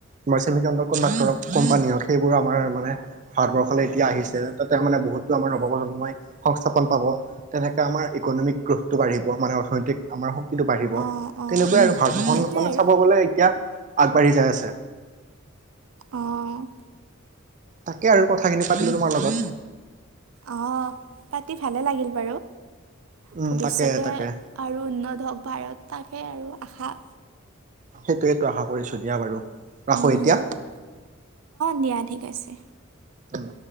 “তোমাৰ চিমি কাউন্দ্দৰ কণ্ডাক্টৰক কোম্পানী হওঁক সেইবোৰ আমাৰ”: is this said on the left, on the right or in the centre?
Right